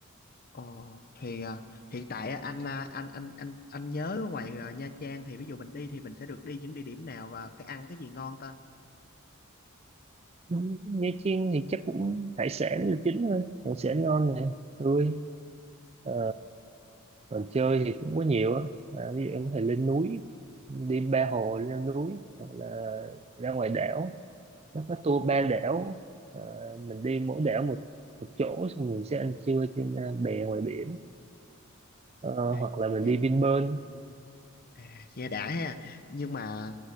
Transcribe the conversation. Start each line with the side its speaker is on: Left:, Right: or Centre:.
Left: ồ thì à, hiện tại á, anh à, anh anh anh anh nhớ ở ngoài à, Nha Trang thì ví dụ mình đi thì mình sẽ được đi những địa điểm nào và cái ăn cái gì ngon ta
Right: Ừ, Nha Chiên thì chắc cũng hải sản là chính thôi hải sản ngon này tươi Ờ, còn chơi thì cũng có nhiều á à, ví dụ em có thể lên núi đi ba hồ leo núi hoặc là ra ngoài đảo nó có tour ba đảo Ờ, mình đi mỗi đảo một một chỗ xong mình sẽ ăn trưa trên à, bè ngoài biển Ờ,
Left: Ê,
Right: hoặc là mình
Left: nghe,
Right: đi Vinpearl
Left: à, nghe đã ha nhưng mà